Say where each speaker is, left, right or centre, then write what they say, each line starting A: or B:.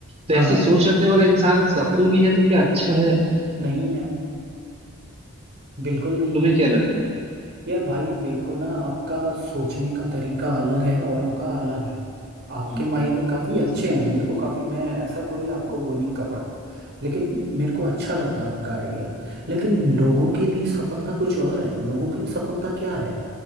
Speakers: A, on the right (about 30°); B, on the right (about 50°).
A: तो
B: हाँ
A: ऐसी
B: हाँ
A: सोच रखने वाला इंसान सफल भी है तो क्या अच्छा है
B: नहीं है बिल्कुल नहीं
A: तुम्हें
B: है
A: क्या लगता है
B: यार भाई देखो ना आपका सोचने का तरीका अलग है औरों का अलग है आपके
A: हम्म
B: मायने काफ़ी
A: हम्म
B: अच्छे हैं मेरे को काफ़ी मैं ऐसा कोई आपको
A: हम्म,
B: वो नहीं कर रहा लेकिन मेरे को अच्छा लगा आपका आइडिया लेकिन लोगों के लिए सफलता कुछ और है लोगों के लिए सफलता क्या है